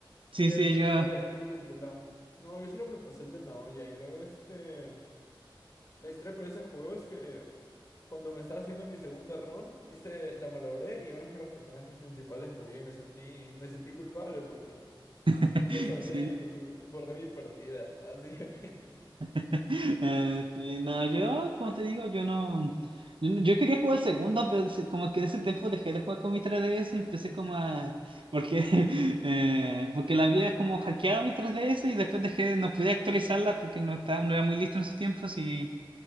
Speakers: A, on the left; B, on the right.
A: Sí,
B: Sí,
A: el
B: sí,
A: final
B: yo,
A: de Luz, de Lau. No, yo solo me pasé el de Naoya y luego este... La historia con ese juego es que... Cuando me estaba haciendo mi segunda run, hice, la malogré y uno de los personajes principales murió y me sentí, me sentí culpable porque
B: <laughs>
A: no lo salvé,
B: sí,
A: entonces borré mi partida. <laughs> Así de repente.
B: <laughs> Eh, sí, no, yo, como te digo, yo no. Yo, no- yo quería jugar segunda, pero se- como que en ese tiempo dejé de jugar con mi 3DS y empecé como a. Porque, <laughs> eh, porque la había como hackeado mi tres D S y después dejé, no pude actualizarla porque no estaba, no era muy listo en esos tiempos y